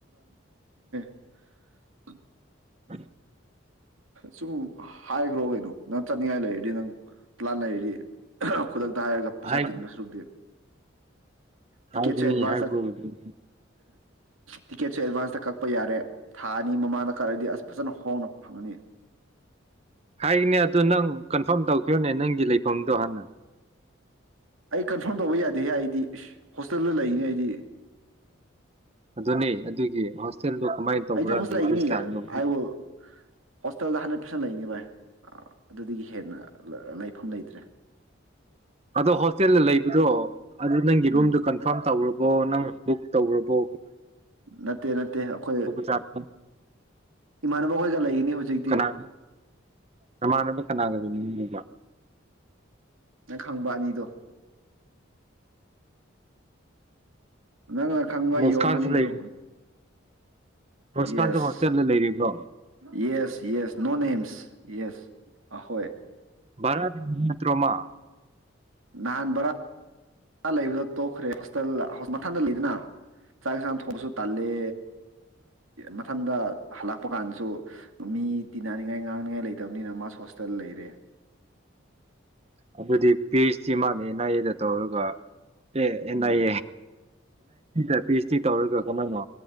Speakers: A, on the right; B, on the right.
A: ꯑ <unintelligible>
B: ꯎꯝ <unintelligible>
A: ꯁꯨꯝ ꯍꯥꯏꯈ꯭ꯔꯣ ꯀꯩꯅꯣ ꯅꯪ ꯆꯠꯅꯤꯡꯉꯥꯏ ꯂꯩꯔꯗꯤ ꯅꯪ ꯄꯂꯥꯟ ꯂꯩꯔꯗꯤ ꯈꯨꯗꯛꯇ ꯍꯥꯏꯔꯒ ꯄꯩꯁꯥ
B: ꯍꯥꯏ
A: ꯇꯤꯡꯕ ꯁꯨꯔꯨꯛꯇꯤ ꯇꯤꯀꯦꯠꯁ
B: ꯍꯥꯏꯒꯅꯤ
A: ꯑꯦꯗꯚꯥꯟꯁ
B: ꯍꯥꯏꯕꯕꯨꯗꯤ
A: ꯇꯤꯀꯦꯠꯁꯨ ꯑꯦꯗꯚꯥꯟꯁꯇ ꯀꯛꯄ ꯌꯥꯔꯦ ꯊꯥ ꯑꯅꯤ ꯃꯃꯥꯡꯗ ꯀꯛꯑꯥꯗꯤ ꯐꯖꯅ ꯍꯣꯡꯅꯕ ꯐꯪꯅꯤ
B: ꯍꯥꯏꯅꯦ ꯑꯗꯨ ꯅꯪ ꯀꯟꯐꯥꯔꯝ ꯇꯧꯈꯤꯕꯅꯦ ꯅꯪꯒꯤ ꯂꯩꯐꯝꯗꯣ ꯍꯥꯟꯅ
A: ꯑꯩ ꯀꯟꯐꯥꯔꯝ ꯇꯧꯕ ꯌꯥꯗꯦꯍꯦ ꯑꯩꯗꯤ ꯏꯁ ꯍꯣꯁꯇꯦꯜꯗ ꯂꯩꯔꯤꯅꯦ ꯑꯩꯗꯤ
B: ꯑꯗꯨꯅꯦ ꯑꯗꯨꯒꯤ ꯍꯣꯁꯇꯦꯜꯗꯣ ꯀꯃꯥꯏꯅ ꯇꯧꯕ꯭ꯔꯥ
A: ꯑꯩꯗꯤ ꯍꯣꯁꯇꯦꯜ
B: ꯂꯩꯕꯩ
A: ꯂꯩꯒꯅꯤ
B: ꯁ꯭ꯇꯥꯥꯏꯜꯅꯣ
A: ꯑꯥꯏ ꯋꯤꯜ ꯍꯣꯁꯇꯦꯜꯗ ꯍꯟꯗ꯭ꯔꯦꯠ ꯄꯥꯔꯁꯦꯟ ꯂꯩꯅꯤ ꯚꯥꯏ ꯑꯗꯨꯗꯒꯤ ꯍꯦꯟꯅ ꯂꯩꯐꯝ ꯂꯩꯇ꯭ꯔꯦ
B: ꯑꯗꯣ ꯍꯣꯁꯇꯦꯜꯗ ꯂꯩꯕꯗꯣ ꯑꯗꯨ ꯅꯪꯒꯤ
A: ꯎꯝ
B: ꯔꯨꯝꯗꯨ ꯀꯟꯐꯥꯔꯝ ꯇꯧꯔꯨ ꯑꯣ ꯅꯪ ꯕꯨꯛ ꯇꯧꯈ꯭ꯔꯕꯣ
A: ꯅꯠꯇꯦ ꯅꯠꯇꯦ ꯑꯩꯈꯣꯏ
B: ꯖꯥꯠꯂꯣ
A: ꯏꯃꯥꯟꯅꯕ ꯑꯩꯈꯣꯏꯒ ꯂꯩꯒꯅꯤ ꯍꯧꯖꯤꯛꯇꯤ
B: ꯀꯅꯥ ꯅꯃꯥꯟꯅꯕ ꯀꯅꯥꯒ ꯂꯩꯃꯤꯟꯅꯔꯤꯕ
A: ꯈꯪꯕ ꯑꯅꯤꯗꯣ ꯅꯪꯅ ꯈꯪꯕ
B: ꯃꯨꯁꯀꯥꯟꯁꯨ
A: ꯌꯣꯡ ꯑꯅꯤꯗꯣ
B: ꯂꯩ ꯃꯨꯁꯀꯥꯟꯁꯨ
A: ꯌꯦꯁ
B: ꯍꯣꯁꯇꯦꯜꯗ ꯂꯩꯔꯤꯕ꯭ꯔꯣ
A: ꯌꯦꯁ ꯌꯦꯁ ꯅꯣ ꯅꯦꯝꯁ ꯌꯦꯁ ꯑꯍꯣꯏ
B: ꯚꯥꯔꯠ ꯅꯠꯇ꯭ꯔꯣ ꯃꯥ
A: ꯅꯍꯥꯟ ꯕꯔꯥ ꯂꯩꯕꯗ ꯇꯣꯛꯈ꯭ꯔꯦ ꯍꯣꯁꯇꯦꯜ ꯃꯊꯟꯗ ꯂꯩꯗꯅ ꯆꯥꯛ ꯌꯦꯟꯁꯥꯡ ꯊꯣꯡꯕꯁꯨ ꯇꯜꯂꯦ ꯃꯊꯟꯗ ꯍꯜꯂꯛꯄ ꯀꯥꯟꯁꯨ ꯃꯤ ꯇꯤꯟꯅꯅꯤꯡꯉꯥꯏ ꯉꯥꯡꯅꯤꯉꯥꯏ ꯂꯩꯇꯕꯅꯤꯅ ꯃꯥꯁꯨ ꯍꯣꯁꯇꯦꯜ ꯂꯩꯔꯦ
B: ꯑꯗꯨꯗꯤ ꯄꯤꯁꯇꯤ ꯃꯥꯜꯅꯦ ꯑꯦꯟ ꯑꯥꯏ ꯑꯦꯗ ꯇꯧꯔꯒ A N
A: um
B: I A P S D ꯇꯧꯔꯤꯒꯀꯣꯅ ꯅꯣ